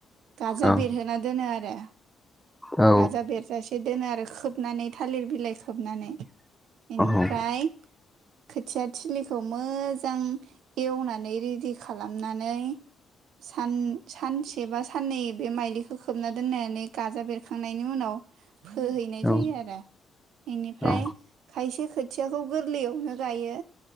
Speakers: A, on the right; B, in the centre.
A: गाजा
B: औ
A: बेरहोना दोनो आरो
B: औ
A: गाजा बेरजासि ए दोनो आरो खोबनानै थालिर बिलाइ खोबनानै इनिफ्राय
B: औ
A: खोथिया थिलिखौ मोजां एवनानै रेडि खालामनानै सान सानसे बा सा साननै बे माइलिखौ खोबना दोननानै गाजा बेरखांनायनि उनाव फोहैनाय
B: औ
A: जायो आरो इनिफ्राय
B: औ
A: खायसे खोथियाखौ गोरलैयावनो गायो।